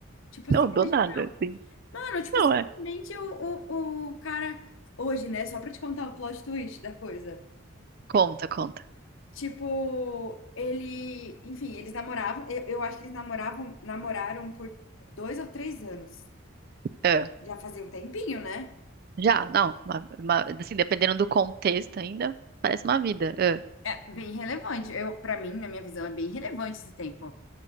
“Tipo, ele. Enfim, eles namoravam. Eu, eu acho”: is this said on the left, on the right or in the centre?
Left